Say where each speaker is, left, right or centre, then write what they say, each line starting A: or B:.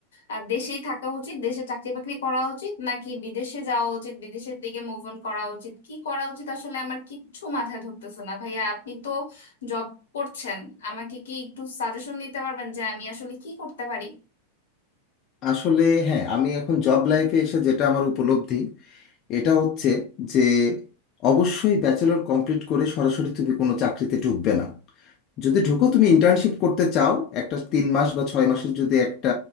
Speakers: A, on the left; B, on the left.
A: আহ, দেশেই থাকা উচিত দেশে চাকরি বাকরি করা উচিত নাকি বিদেশে যাওয়া উচিত বিদেশের দিকে মুভ অন করা উচিত কি করা উচিত আসলে আমার কিচ্ছু মাথায় ধরতেছে না ভাইয়া আপনি তো জব করছেন আমাকে কি একটু সাজেশন দিতে পারবেন যে আমি আসলে কি করতে পারি
B: আসলে হ্যাঁ আমি এখন জব লাইফে এসে যেটা আমার উপলব্ধি এটা হচ্ছে যে অবশ্যই ব্যাচেলর কমপ্লিট করে সরাসরি তুমি কোনো চাকরিতে ঢুকবে না যদি ঢুকো তুমি ইন্টার্নশিপ করতে চাও একটা তিন মাস বা ছয় মাসের যদি একটা